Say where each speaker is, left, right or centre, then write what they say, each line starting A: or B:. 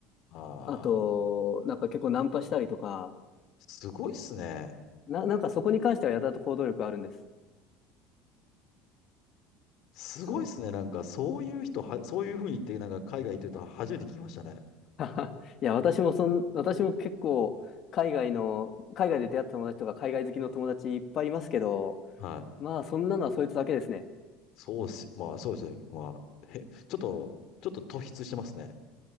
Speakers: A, on the left; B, on the left.
A: ああ、
B: あとなんか結構ナンパしたりとか
A: もう、すごいっすね。
B: な、なんかそこに関してはやたらと行動力あるんです。
A: すごいっすね。
B: そう。
A: なんか、そういう人は、そういうふうに言って、なんか、海外行ってると初めて聞きましたね。
B: <laughs> いや私もそん私も結構海外の海外で出会った友達とか海外好きの友達いっぱいいますけど
A: はい。
B: まあそんなのはそいつだけですね。
A: そうっす。まあ、そうですね。まあ、へ、ちょっと、ちょっと突出してますね。